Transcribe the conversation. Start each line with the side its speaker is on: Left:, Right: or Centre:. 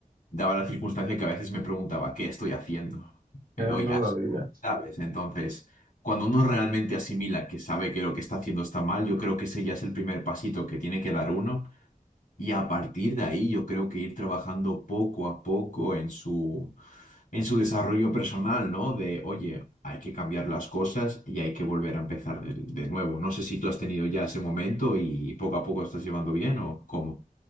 Left: daba la circunstancia que a veces me preguntaba, ¿qué estoy haciendo? Me
Right: no
Left: doy asco,
Right: lo digas.
Left: ¿sabes? Entonces, cuando uno realmente asimila que sabe que lo que está haciendo está mal, yo creo que ese ya es el primer pasito que tiene que dar uno. Y a partir de ahí, yo creo que ir trabajando poco a poco en su, en su desarrollo personal, ¿no? De, oye, hay que cambiar las cosas y hay que volver a empezar de, de nuevo. No sé si tú has tenido ya ese momento y poco a poco estás llevando bien o cómo.